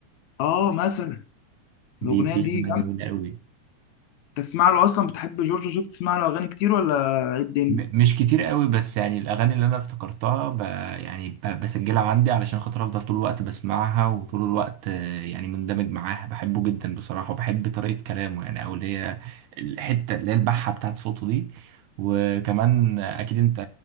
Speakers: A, on the left; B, on the right.
A: اه مثلا الاغنيه
B: دي دي
A: دي
B: اغنيه
A: جامده
B: جميله قوي
A: تسمع له اصلا بتحب جورج وسوف تسمع له اغاني كتير ولا ايه الدنيا
B: م- مش كتير قوي بس يعني الاغاني اللي انا افتكرتها ب... يعني ب... بسجلها عندي علشان خاطر افضل طول الوقت بسمعها وطول الوقت آه، يعني مندمج معاها بحبه جدا بصراحه وبحب طريقه كلامه يعني او اللي هي الحته اللي هي البحه بتاعت صوته دي وكمان آه، اكيد انت